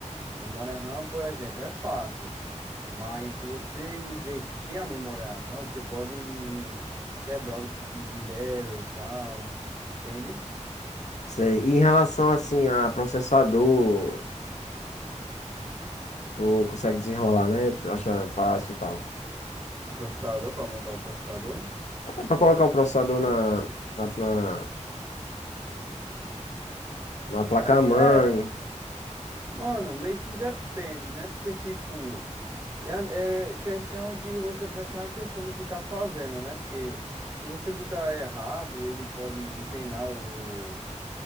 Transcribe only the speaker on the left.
Sei. E em relação assim a processador, tu consegue desenrolar, né? Tu acha fácil e tal.
É pra colocar o processador na, na, na, na placa-mãe.